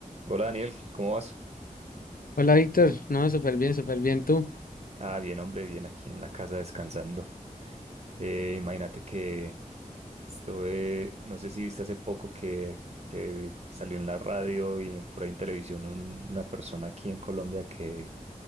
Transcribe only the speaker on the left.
Hola Víctor, no, súper bien, súper bien tú.